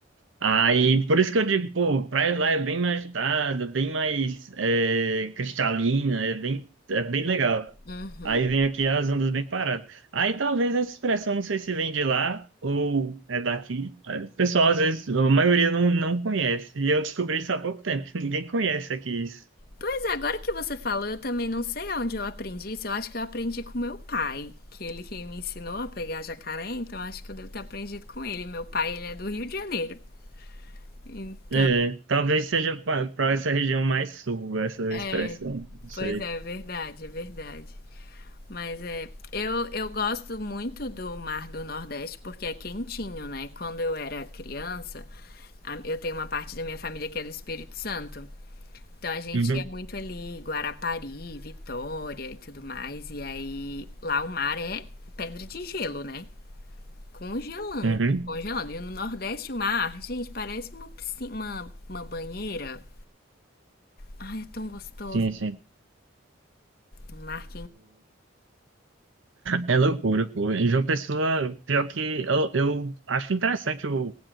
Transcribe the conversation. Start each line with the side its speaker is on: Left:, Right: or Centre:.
Right: Aí, por isso que eu digo, pô, praia lá é bem mais agitada, bem mais é, cristalina, é bem, é bem legal.
Left: Uhum.
Right: Aí vem aqui as ondas bem paradas. Aí talvez essa expressão, não sei se vem de lá ou é daqui. O pessoal, às vezes, a maioria não, não conhece. E eu descobri isso há pouco tempo. <laughs> Ninguém conhece aqui isso.
Left: Pois é, agora que você falou, eu também não sei onde eu aprendi isso. Eu acho que eu aprendi com meu pai, que ele que me ensinou a pegar jacaré, então acho que eu devo ter aprendido com ele. Meu pai, ele é do Rio de Janeiro. Então,
Right: É, talvez seja para essa região mais sul, essa
Left: É,
Right: expressão. Não sei.
Left: pois é, é verdade, é verdade. Mas é, eu, eu gosto muito do mar do Nordeste porque é quentinho, né? Quando eu era criança, a- eu tenho uma parte da minha família que é do Espírito Santo. Então a gente
Right: Uhum,
Left: ia muito ali, Guarapari, Vitória e tudo mais. E aí lá o mar é pedra de gelo, né? Congelando,
Right: uhum.
Left: congelando. E no Nordeste o mar, gente, parece uma piscina, uma, uma banheira. Ai, é tão gostoso.
Right: Sim, sim.
Left: Um mar
Right: É loucura, pô. Em João Pessoa, pior que eu, eu acho interessante o,